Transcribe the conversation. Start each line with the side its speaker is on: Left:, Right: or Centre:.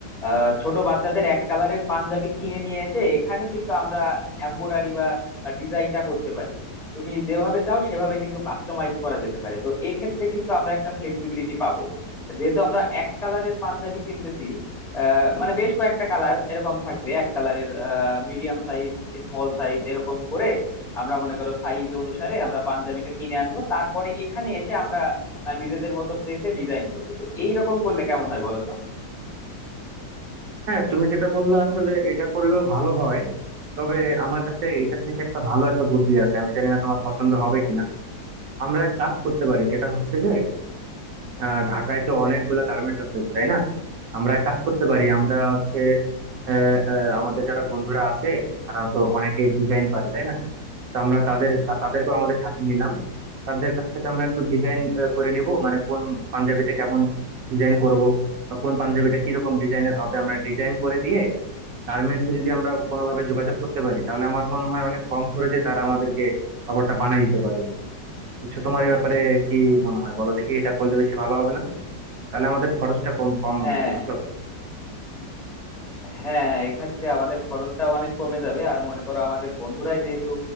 Centre: আহ, ছোট বাচ্চাদের এক কালারের পাঞ্জাবি কিনে নিয়ে এসে এখানে কিন্তু আমরা এমব্রয়ডারি বা ডিজাইনটা করতে পারি তুমি যেভাবে চাও সেভাবে কিন্তু কাস্টমাইজ করা যেতে পারে তো এক্ষেত্রে কিন্তু আমরা একটা ফ্লেক্সিবিলিটি পাবো যেহেতু আমরা এক কালারের পাঞ্জাবি কিনতেছি আহ, মানে বেশ কয়েকটা কালার এরকম থাকবে এক কালারের মিডিয়াম সাইজ স্মল সাইজ এরকম করে আমরা মনে করো সাইজ অনুসারে আমরা পাঞ্জাবিটা কিনে আনবো তারপরে এখানে এসে আমরা আহ, নিজেদের মতো প্রেসে ডিজাইন করবো তো এইরকম করলে কেমন হয় বলো তো
Right: হ্যাঁ তুমি যেটা বললে আসলে এটা করলেও ভালো হয় তবে আমার কাছে এটা থেকে একটা ভালো একটা বুদ্ধি আছে আমি জানি না তোমার পছন্দ হবে কিনা আমরা এক কাজ করতে পারি সেটা হচ্ছে যে আহ ঢাকায় তো অনেকগুলা গার্মেন্টস আছে তাই না আমরা এক কাজ করতে পারি আমরা হচ্ছে আহ, আহ, আমাদের যারা বন্ধুরা আছে তারা তো অনেকে ডিজাইন পারে তাই না তো আমরা তাদের তা- তাদেরকেও আমাদের সাথে নিলাম তাদের কাছ থেকে আমরা একটু ডিজাইন করে নিব মানে কোন পাঞ্জাবিতে কেমন ডিজাইন করব বা কোন পাঞ্জাবিটা কিরকম ডিজাইনের হবে আমরা ডিজাইন করে দিয়ে গার্মেন্টসে যদি আমরা কোনোভাবে যোগাযোগ করতে পারি তাহলে আমার মনে হয় অনেক কম খরচে তারা আমাদেরকে কাপড়টা বানিয়ে দিতে পারবে বুঝছো তোমার এ ব্যাপারে কি মনে হয় বলো দেখি এটা করলে বেশি ভালো হবে না তাহলে আমাদের খরচটা কম কম
Centre: হ্যাঁ
Right: হবে বুঝছো
Centre: হ্যাঁ এক্ষেত্রে আমাদের খরচটা অনেক কমে যাবে আর মনে করো আমাদের বন্ধুরাই যেহেতু